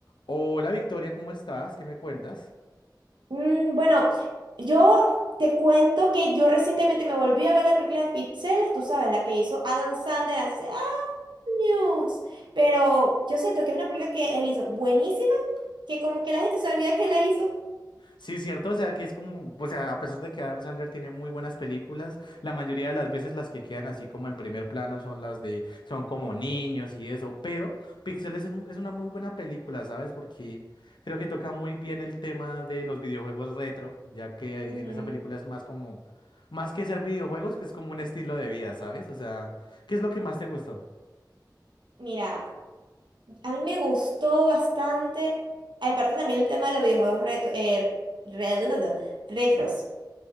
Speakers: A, on the left; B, on the right.
A: Hola Victoria, ¿cómo estás? ¿Qué me cuentas?
B: Mm, bueno, yo te cuento que yo recientemente me volví a ver la película de Pixeles, tú sabes, la que hizo Adam Sandler hace años. Pero yo siento que es una película que él hizo buenísima, que como que la gente se olvida que la hizo.
A: Sí, cierto, o sea que es como, o sea, a pesar de que Adam Sandler tiene muy buenas películas, la mayoría de las veces las que quedan así como en primer plano son las de, son como niños y eso, pero Píxeles es, un- es una muy buena película, ¿sabes? Porque creo que toca muy bien el tema de los videojuegos retro, ya que
B: Ujú.
A: en esa película es más como, más que ser videojuegos, que es como un estilo de vida, ¿sabes? O sea, ¿qué es lo que más te gustó?
B: Mira, a mí me gustó bastante, en parte también el tema de los videojuegos reto- eh, re- retros.